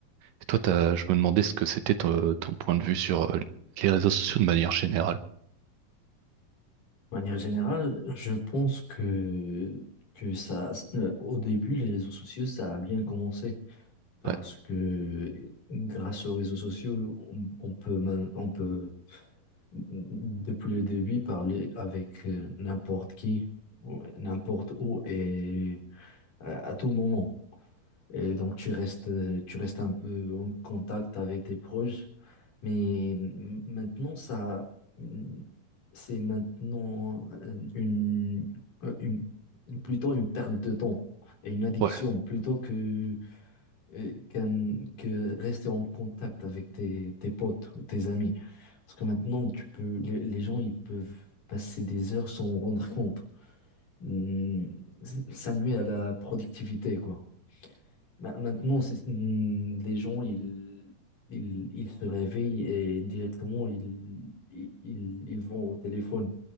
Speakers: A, on the right (about 75°); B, on the left (about 60°).
A: Et toi, t'as, je me demandais ce que c'était ton, ton point de vue sur euh, les réseaux sociaux de manière générale.
B: De manière générale, je pense que, que ça, euh, au début, les réseaux sociaux, ça a bien commencé parce
A: Ouais,
B: que grâce aux réseaux sociaux, on, on peut, man- on peut, depuis le début, parler avec euh, n'importe qui, ou- n'importe où et à, à tout moment. Et donc, tu restes, tu restes un peu en contact avec tes proches. Mais m- maintenant, ça, mmh, c'est maintenant euh, une, euh, une- plutôt une perte de temps et une addiction
A: ouais,
B: plutôt que, euh, qu'un- que rester en contact avec tes, tes potes ou tes amis. Parce que maintenant, tu peux, les, les gens, ils peuvent passer des heures sans rendre compte. Hum, Ça nuit à la productivité, quoi. Ma- Maintenant, c'est- hmm, les gens, ils, ils, ils se réveillent et directement, ils, ils, ils ils vont au téléphone.